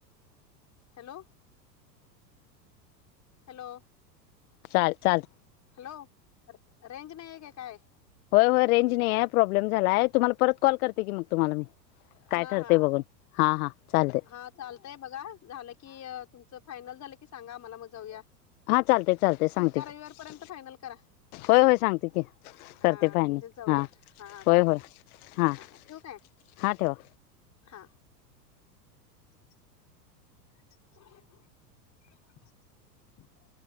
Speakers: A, on the left; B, on the left.
A: हॅलो. हॅलो.
B: चाल चाल.
A: हॅलो रेंज नाही आहे का काय.
B: होय होय रेंज नाही आहे प्रॉब्लेम झालाय तुम्हाला परत कॉल करते की मग तुम्हाला मी काय
A: हा
B: ठरते
A: हा
B: बघून. हां हां चालेल.
A: हा चालतंय बघा झालं की तुमचं फायनल झालं की सांगा आम्हाला मग जाऊया.
B: हा चालते चालते सांगते
A: पुढच्या
B: की
A: रविवारपर्यंत फायनल करा
B: होय होय सांगते की.
A: हा
B: करते फायनल
A: म्हणजे जाऊया
B: हा
A: हा
B: होय
A: चालेल
B: होय हां
A: हा तू काय.
B: हां ठेवा
A: हा. <inaudible> <unintelligible>